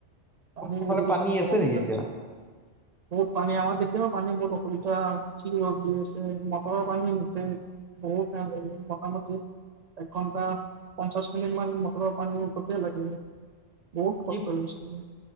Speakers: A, on the right; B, in the centre.
A: পানী
B: তোমালোকৰ ফালে
A: বহুত
B: পানী আছে নেকি এতিয়া?
A: পানী আমাৰ দে এতিয়াও পানী বহুত অসুবিধা যি ৰ'দ দি আছে মটৰৰ পানী নুঠে বহুত টাইম লাগে মোটামুটি একঘণ্টা পঞ্চাছ মিনিট মান মটৰৰ পানী উঠোতে লাগিলে বৌত কষ্ট
B: কি
A: হৈ গৈছিলে।